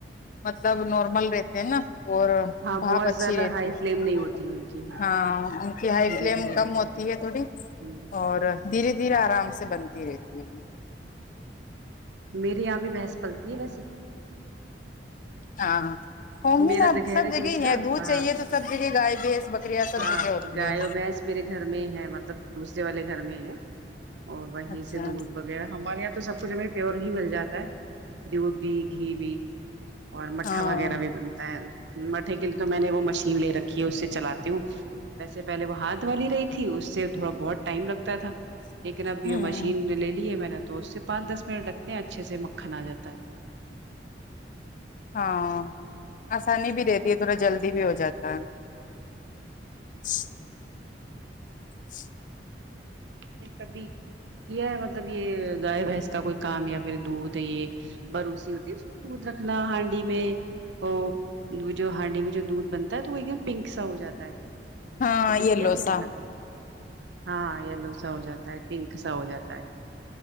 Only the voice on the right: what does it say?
ہاں
بہت
زیادہ
ہائی
فلیم نہیں ہوتی ان کی
دھیرے
دھیرے
لگتی
ہ
میری یہاں بھی بھینس پلتی ہے ویسے
میرا
د- گھر
دوسرا
وہاں
ہاں
گائے
اور بھینس میرے گھر میں ہے مطلب دوسرے والے گھر میں ہے اور وہیں
سے دودھ وغیرہ ہمارے یہاں تو سب فوج میں پیور گھی مل جاتا ہے دودھ بھی گھی بھی اور مٹھا
وغیرہ بھی بنتا ہے مٹھے کے لیے تو میں نے وہ مشین لے رکھی ہے اس سے چلاتی ہوں ویسے پہلے وہ ہاتھ والی رہی تھی اس سے تھوڑا بہت ٹائم لگتا تھا لیکن اب یہ
مشین لے لی ہے میں نے تو اس سے پانچ دس منٹ لگتے ہیں اچھے سے مکھن ا جاتا ہے
آپ کبھی کیا ہے مطلب یہ گائے بھینس کا کوئی کام یا پھر دودھ یہ بروسی ہوتی اس دودھ رکھنا ہانڈی میں ہو جو ہانڈی میں جو دودھ بنتا ہے تو وہ ایک دم پنک سا ہو جاتا ہے
کبھی کیا
ہے یہ والا کام ہاں یلو اچھا ہو جاتا ہے پنک سا ہو جاتا ہے